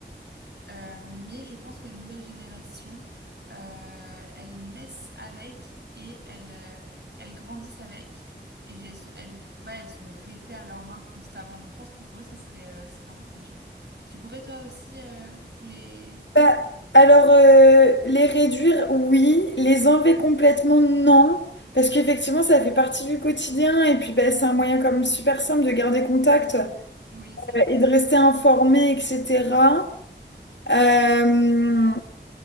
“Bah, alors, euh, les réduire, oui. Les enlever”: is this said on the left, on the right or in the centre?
Left